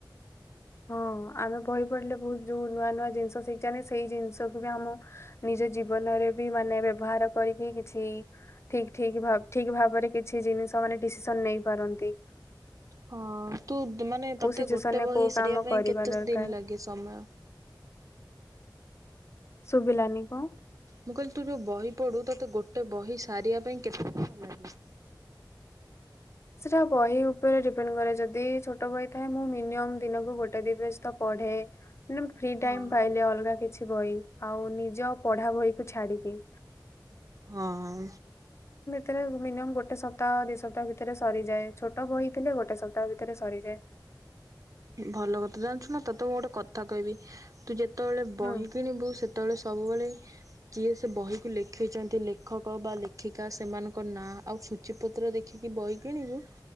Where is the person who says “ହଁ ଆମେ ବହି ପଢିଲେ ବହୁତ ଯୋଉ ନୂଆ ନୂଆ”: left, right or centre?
Left